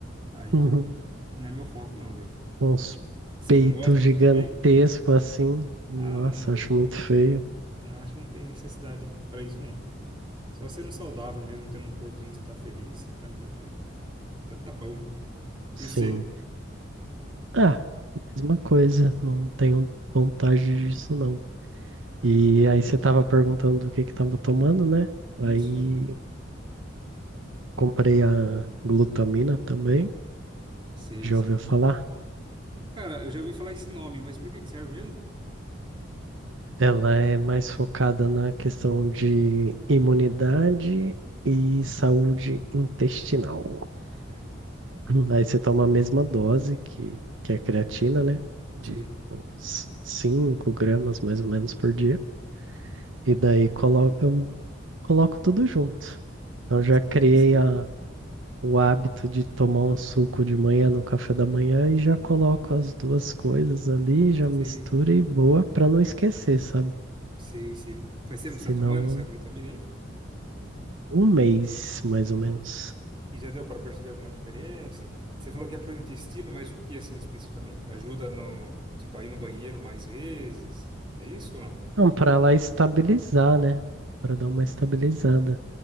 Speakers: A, on the right; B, on the right.
A: Aí
B: Uhum.
A: já não, não é meu foco, não, velho.
B: Uns
A: Você
B: peitos
A: não gosta
B: gigantescos
A: também?
B: assim. Nossa,
A: Ah, não, velho.
B: acho muito feio.
A: Não acho que não tem necessidade pra isso, não. Só sendo saudável mesmo, tendo um corpo em que você tá feliz, pra mim já, já tá bom.
B: Sim.
A: E você?
B: Ah, mesma coisa. Não tenho vontade disso, não. E
A: Aham.
B: aí você tava perguntando o que que tava tomando, né?
A: Isso.
B: Aí comprei a glutamina também.
A: Sei,
B: Já
A: sei.
B: ouviu falar?
A: Cara, eu já ouvi falar esse nome, mas pra que que serve mesmo?
B: Ela é mais focada na questão de imunidade e saúde intestinal.
A: Ah,
B: <clears throat> Aí você toma a mesma dose que, que a creatina, né? De
A: sei,
B: uns 5 gramas mais ou menos por dia. E daí colo eu coloco tudo junto. Então já criei
A: sei, sei,
B: a, o hábito de tomar um suco de manhã no café da manhã e já coloco as duas coisas ali, já
A: sei,
B: misturo e boa para não esquecer, sabe?
A: sei, sei. Faz
B: Senão
A: tempo que você tá tomando essa glutamina aí?
B: um mês mais
A: Um
B: ou
A: mês.
B: menos.
A: E já deu pra perceber alguma diferença? Você falou que é pro intestino, mas o que assim especificamente? Ajuda no, tipo, a ir no banheiro mais vezes? É isso ou não?
B: Não, para lá estabilizar, né? Para dar uma estabilizada.